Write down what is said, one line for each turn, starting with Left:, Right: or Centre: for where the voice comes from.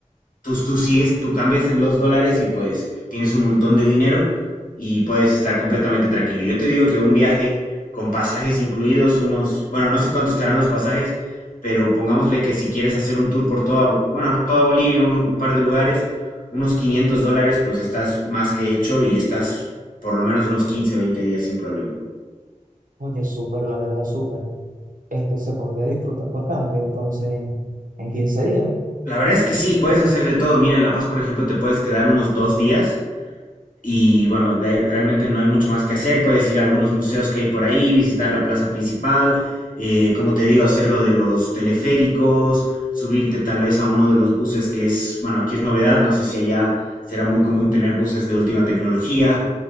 Left: tú, tú sigues, tú cambias los dólares y pues tienes un montón de dinero y puedes estar completamente tranquilo. Yo te digo que un viaje con pasajes incluidos, unos, bueno, no sé cuánto estarán los pasajes, pero pongámosle que si quieres hacer un tour por toda, Bo- bueno, toda Bolivia, uno- un par de lugares, unos 500 dólares, pues estás más que hecho y estás por lo menos unos 15 20 días sin problema.
Right: oye, súper, la verdad, súper. Este se podría disfrutar bastante, entonces, en quince días.
Left: La verdad es que sí, puedes hacer de todo. Mira, en La Paz, por ejemplo, te puedes quedar unos dos días Y bueno, de ahí realmente no hay mucho más que hacer. Puedes ir a algunos museos que hay por ahí, visitar la plaza principal, eh, como te digo, hacer lo de los teleféricos, subirte tal vez a uno de los buses que es, bueno, aquí es novedad, no sé si allá será muy común tener buses de última tecnología.